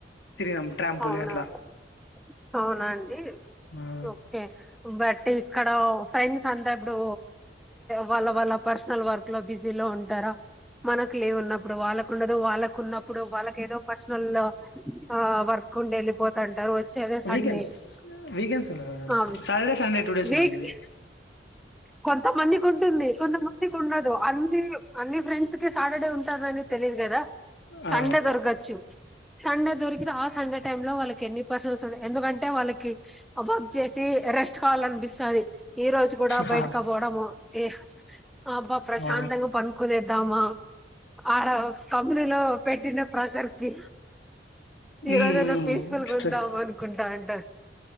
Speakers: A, on the left; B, in the centre.
A: తిరిగినాం ట్రాంపోలిన్
B: అవునవును
A: అట్లా
B: అవున అండి
A: ఆ
B: ఓకే బట్ ఇక్కడ. ఫ్రెండ్స్ అంతా ఇప్పుడు వాళ్ళ వాళ్ళ పర్సనల్ వర్క్ లో బిజీలో ఉంటారా. మనకు లే ఉన్నప్పుడు వాళ్ళ ఉండదు వాళ్ళకు ఉన్నప్పుడు వాళ్ళకి ఏదో పర్సనల్. ఆ వర్క్ ఉండి వెళ్ళిపోతంటారు. వచ్చేదే సండే
A: వీకెండ్స్ వీకెండ్స్ ఉండ రా
B: ఆ
A: Saturday Sunday two days
B: week
A: ఉంటుంది.
B: కొంతమందికి ఉంటుంది కొంతమందికి ఉండదు అన్ని అన్ని ఫ్రెండ్స్ కి సాటర్డే ఉంన్ టది అని తెలియదు కదా
A: ఆ
B: సండే దొరకచ్చు సండే దొరికి ఆ సండే. టైమ్ లో వాళ్ళ కి ఎన్ని పర్సన్స్ ఎందుకంటే వాళ్ళకి వచ్చేసి రెస్ట్ కాలనిపిస్తది ఈ రోజు.
A: హహ
B: బయటకి పోవడము ఓ అబ్బా ప్రశాంతంగా
A: ఆ
B: పనుకునే. టామ ఆడ కంపనీలో పెట్టిన ప్రజర్ కి ఈ
A: ఉమ్
B: రోజు అన్న
A: ఉమ్
B: పీస్ఫుల్గా
A: స్ట్రెస్
B: ఉందాము అనుకుంటా అంట